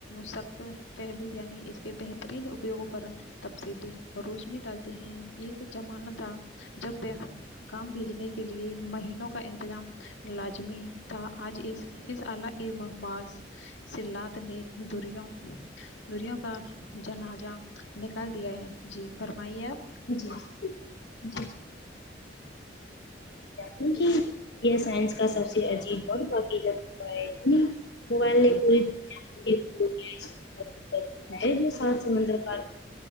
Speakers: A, on the left; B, on the left.
A: سخت پہلو یعنی اس کے بہترین اپیوگوں پر تفصیلی روشنی ڈالتے ہیں ایک زمانہ تھا جب پ کام بھیجنے کے لیے مہینوں کا انتظام لازمی تھا آج اس اس آلہ <unintelligible> مواصلات نے دوریاں دوریوں کا جنازہ نکال دیا ہے جی فرمائیے آپ
B: جی جی کیونکہ یہ سائنس کا سب سے عجیب اور باقی جا ہے موبائل
A: جی
B: نے پوری دنیا کو کریا
A: جی
B: ہے جو ساتھ سمندر پار